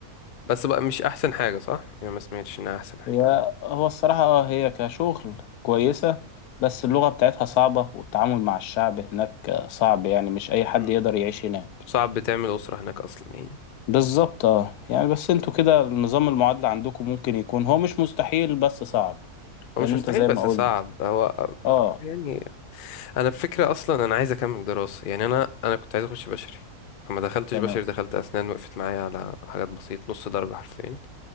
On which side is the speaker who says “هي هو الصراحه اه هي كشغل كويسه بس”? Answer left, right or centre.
Left